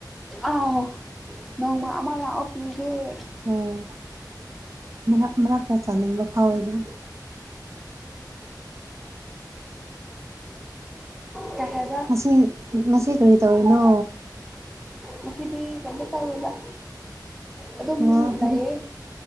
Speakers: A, in the centre; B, on the right.
A: ꯑ ꯅꯣꯡꯃ ꯑꯃ ꯌꯥꯥꯛꯑꯣ ꯄꯤꯒꯦ
B: ꯑꯣ ꯃꯔꯛ ꯃꯔꯛꯇ ꯆꯥꯅꯤꯡꯕ ꯐꯥꯎꯋꯦꯕ
A: ꯇ
B: ꯁꯤ ꯃꯁꯤ ꯀꯔꯤ ꯇꯧꯔꯤꯅꯣ
A: ꯃꯁꯤꯁꯤꯗꯤ ꯀꯗ ꯇꯗ ꯑꯗꯨꯝ
B: ꯑꯣ ꯍꯧꯖꯤꯛ
A: ꯂꯩꯌꯦ